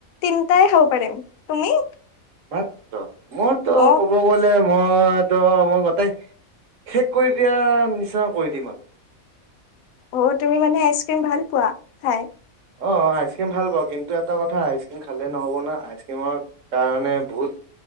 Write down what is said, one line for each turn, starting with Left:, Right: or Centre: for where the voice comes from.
Left: তিনটাই খাব পাৰিম তুমি
Right: মাত্ৰ মইতো
Left: অ
Right: ক'ব গলে মই ত মই গটাই শেষ কৰি দিয়া নিচিনা কৰি দিম আৰু
Left: অ তুমি মানে আইচক্ৰীম ভাল পোৱা খাই
Right: অ আইচক্ৰীম ভাল পাওঁ কিন্তু এটা কথা আইচ ক্ৰীম খালে নহব না আইচ ক্ৰীমৰ কাৰণে বহুত